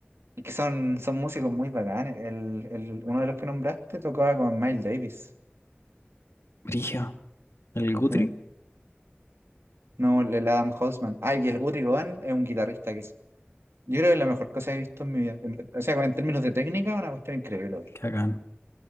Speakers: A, on the right; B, on the left.
A: Y que son, son músicos muy bacanes. El, el- uno de los que nombraste tocaba con Miles Davis.
B: Brigio. El Guthrie.
A: Sí. No, el Adam Holtzman. Ah, y el Guthrie Govan es un guitarrista que es. Yo creo que es la mejor cosa que he visto en mi vida. En- o sea, en términos de técnica, una cuestión increíble.
B: Qué bacán.